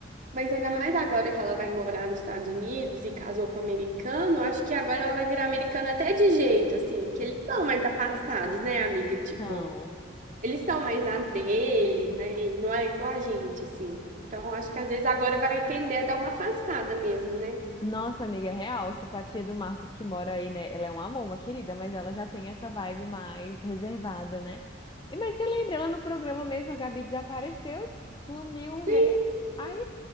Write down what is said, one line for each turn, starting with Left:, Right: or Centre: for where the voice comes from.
Right: Mas ainda mais agora que ela vai morar nos Estados Unidos e casou com um americano, acho que agora ela vai virar americana até de jeito, assim, que eles são mais afastados, né, amiga? Tipo,
Left: Então,
Right: eles são mais na deles, né? E não é igual a gente, assim. Então, acho que às vezes agora vai tender a dar uma afastada mesmo, né?
Left: nossa amiga é real, tipo a tia do Marcos que mora aí, né? Ela é um amor, uma querida, mas ela já tem essa vibe mais reservada, né? E mas você lembra, ela no programa mesmo, a Gabi desapareceu, tipo, sumiu um mês.
Right: Sim,
Left: Aí,